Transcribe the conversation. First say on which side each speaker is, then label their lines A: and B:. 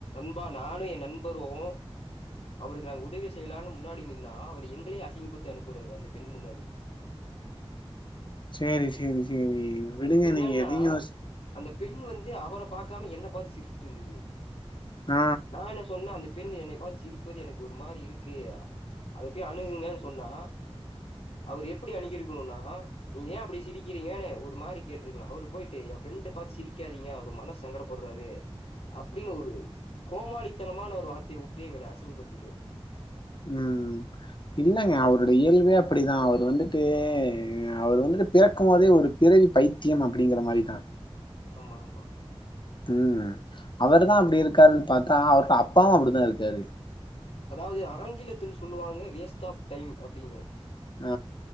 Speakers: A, on the left (about 85°); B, on the left (about 50°).
A: அப்ப நானு என் நண்பரும் அவுருக்கு நாங்க உதவி செய்யலான் முன்னாடி நின்னா அவரு எங்களயே அசிங்கப்படுத்தி அனுப்புறாரு அந்த பெண் முன்னாடி
B: சேரி சேரி சேரி விடுங்க
A: என்னன்னா
B: நீங்க எதையு யோசி
A: அந்த பெண் வந்து அவர பாகாம என்ன பாத்து சிரிச்சுட்டு இருந்தது
B: ஆ
A: நா என்ன சொன்னே அந்த பெண் என்னக் பாது சிரிப்பது எனக்கு ஒரு மாரி இருக்கு அதபோயி அணுகுங்க சொன்னா அவுர் எப்டி அணுகிருக்கனுனா ஏ அப்டி சிரிக்கிரிங்கனு ஒரு மாரி கேட்டுருக்கலாம் அவுரு போயிட்டு ஏ ஃப்ரண்ட பாத்து சிரிக்காதீங்க அவர் மனசு சங்கட படுறாரு அப்டின்னு ஒரு கோமாளித்தனமான ஒரு வார்த்தைய உட்டு எங்கள அசிங்கப்படுத்திட்டாரு
B: ம் இல்லங்க அவரோட இயல்பே அப்டிதான் அவுரு வந்துட்டு அவுரு வந்துட்டு பிறக்கும் போதே ஒரு பிறவி பைத்தியம் அப்டிங்கிற மாரிதான்
A: ஆமா ஆமா
B: ம் அவரு தான் அப்டி இருக்காருன்னு பாத்தா அவரோட அப்பாவும் அப்டிதான் இருக்காரு
A: அதாவுது ஆங்கிலத்தில் சொல்லுவாங்க வேஸ்ட் ஆஃப் டைம் அப்டின்னு
B: ஆ